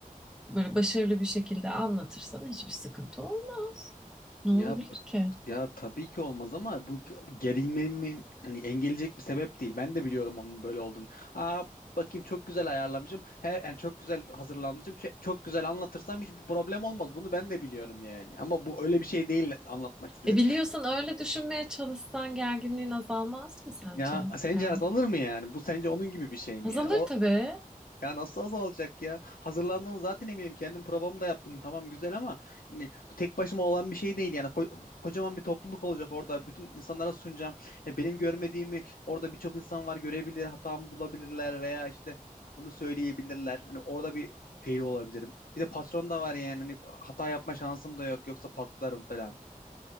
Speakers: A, in the centre; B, on the left (about 80°).
A: böyle başarılı bir şekilde anlatırsan hiçbir sıkıntı olmaz. Ne
B: Ya
A: olabilir
B: bu-
A: ki?
B: ya tabii ki olmaz ama bu g- gerilmemi hani engelleyecek bir sebep değil. Ben de biliyorum onun böyle olduğunu. Aa bakayım çok güzel ayarlamışım. Her yani çok güzel hazırlanmışım. Ç- Çok güzel anlatırsam hiçbir problem olmaz. Bunu ben de biliyorum yani. Ama bu öyle bir şey değil anlatmak istedim.
A: E biliyorsan öyle düşünmeye çalışsan gerginliğin azalmaz mı sence?
B: Ya sence
A: E,
B: azalır mı yani? Bu sence onun gibi bir şey mi
A: azalır
B: yani?
A: tabii.
B: Ya nasıl azalacak ya? Hazırlandığımı zaten eminim. Kendim probamı da yaptım. Tamam güzel ama hani bu tek başıma olan bir şey değil. Yani ko- kocaman bir topluluk olacak orada. Bütün insanlara sunacağım. Ya benim görmediğimi orada birçok insan var görebilir, hatamı bulabilirler veya işte onu söyleyebilirler. Hani orada bir fail olabilirim. Bir de patron da var yani. Hani hata yapma şansım da yok. Yoksa patlarım falan.